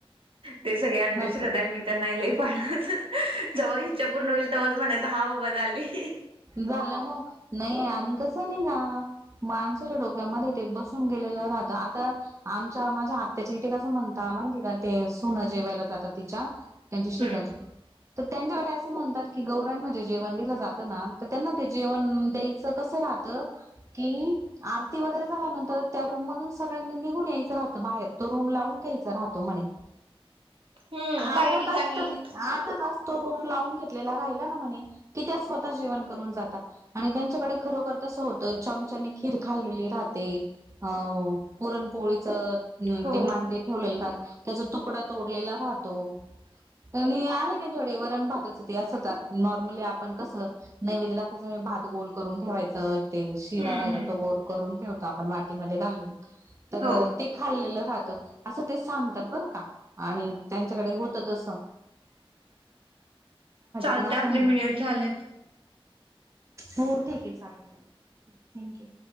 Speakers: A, on the right (about 65°); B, on the right (about 30°).
A: ते सगळ्या अंधश्रद्धा
B: असं
A: मी त्यां नाही ल पाच जव्हा इच्छा पूर्ण होईल तेव्हाच म्हणायच हा बाबा झाली
B: झालं हो नाही आणि कसं नाही का माणसाच्या डोक्यामध्ये ते बसून गेलेलं राहत आता आमच्या माझ्या आत्याच्या इथे कसं म्हणत मा तिला ते सुनं जेवायला जातात तिच्या त्यांच्या शेजारची
A: हम्म
B: तर त्यांच्याकडे असं म्हणतात की गौरां म्हणजे जेवंदीला जातं ना तर त्यांना ते जेवण द्यायचं कसं राहतं की आरती वगैरे झाल्यानंतर त्या रूम मधून सगळ्यांनी निघून यायचं राहतं बाहेर तो रूम लावून घ्यायचा राहतो म्हणे
A: हम्म
B: अर्ध
A: काही ठिकाणी
B: तास तरी अर्ध तास तो रूम लावून घेतलेला राहिला ना म्हणे की त्या स्वतः जेवण ून जात आणि त्यांच्याकडे खरोखर तस होतं चमचाने खीर खाल्ली राहते अ पुरणपोळीच
A: हो
B: ते मांडे ठेवलेलं त्याचा तुकडा तोडलेला राहतो आणि आहे त्यांच्यावडे वरण भाताचं ते असं नॉर्मली आपण कसं नैवेद्य दाखयचं म्हणजे भात गोल करून ठेवायचं ते शिरा
A: हम्म
B: राहिला
A: हम्म
B: तो गोर करून ठेवतो आपण वाटीमध्ये घालून तर
A: हो
B: खाल्लेलं राहतं असं ते सांगतात बरं का आणि त्यांच्याकडे होत असं
A: चालतय
B: पण असं
A: आपले मिनिट झाल्यात
B: हो ठीक आहे चालेल चालेल थँक्यू